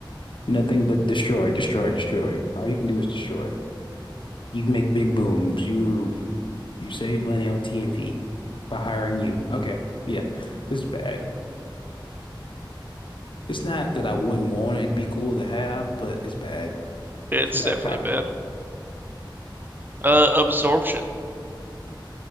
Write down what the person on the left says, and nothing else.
nothing but destroy, destroy, destroy. All you can do is destroy. You can make big booms. You you save money on TNT by hiring you. Okay. Yeah. This is bad. It's not that I wouldn't want it to be cool to have, but it's bad.
It's bad
power.